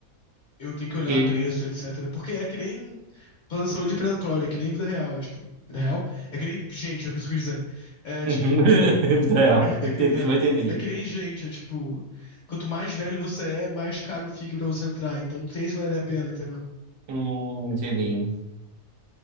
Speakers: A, on the left; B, on the right.
A: Eu tenho que olhar
B: Que.
A: preço,
B: Uhum.
A: etc. Porque é que nem plano de saúde predatório, é que nem vida real. É tipo, vida real? É que nem gente, é o que isso quer dizer. É
B: <laughs> É
A: tipo.
B: Vida real.
A: <laughs> É
B: Eu Entendi,
A: que nem,
B: eu entendi.
A: é que nem gente, é tipo, quanto mais velho você é, mais caro fica pra você entrar. Então não sei se vale a pena, entendeu?
B: Hum, entendi.